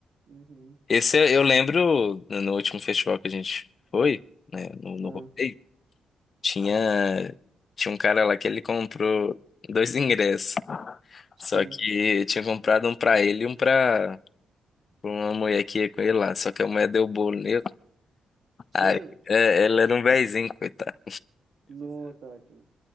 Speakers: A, on the right; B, on the left.
A: Uhum.
B: esse eu eu lembro no no último festival que a gente foi, né, no, no
A: Ah,
B: rodeio, tinha, tinha um cara lá que ele comprou dois ingressos,
A: sim.
B: só que tinha comprado um pra ele e um pra, pra uma mulher que ia com ele lá, só que a mulher deu bolo nele, aí
A: Sério?
B: é, ele era um vezinho, coitado.
A: Não, Tati.